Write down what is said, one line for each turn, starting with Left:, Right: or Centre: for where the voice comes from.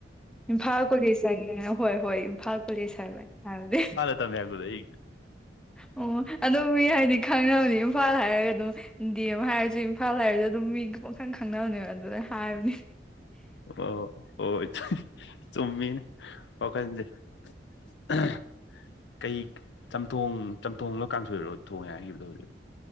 Centre: ꯏꯝꯐꯥꯜ ꯀꯣꯂꯦꯖ ꯍꯥꯏꯒꯦ ꯍꯣꯏ ꯍꯣꯏ ꯏꯝꯐꯥꯜ ꯀꯣꯂꯦꯖ ꯍꯥꯏꯕꯅꯦ ꯍꯥꯏꯔꯗꯤ
Left: ꯇꯃꯦ <unintelligible>
Centre: ꯑꯣ ꯑꯗꫭ ꯃꯤ ꯍꯥꯏꯗꯤ ꯈꯪꯅꯕꯅꯤ ꯏꯝꯐꯥꯜ ꯍꯥꯏꯔꯒ ꯑꯗꯨꯝ ꯗꯤ ꯑꯦꯝ ꯍꯥꯏꯔꯁꯨ ꯏꯝꯐꯥꯜ ꯍꯥꯏꯔꯁꯨ ꯑꯗꯨꯝ ꯃꯤ ꯄꯈꯪ ꯈꯪꯅꯕꯅꯦꯕ ꯑꯗꯨꯅ ꯍꯥꯏꯕꯅꯤ
Left: ꯑꯣ ꯍꯣꯏ ꯆꯨꯝꯃꯤꯅꯦ ꯋꯥꯈꯟꯁꯦ <inaudible> ꯀꯩ ꯆꯝꯊꯣꯡ ꯆꯝꯊꯣꯡ ꯂꫭ ꯀꯥꯡ ꯁꯣꯏꯔꯣ ꯊꯣꯡꯉꯦ ꯍꯥꯏꯈꯤꯕꯗꯣ ꯍꯧꯖꯤꯛ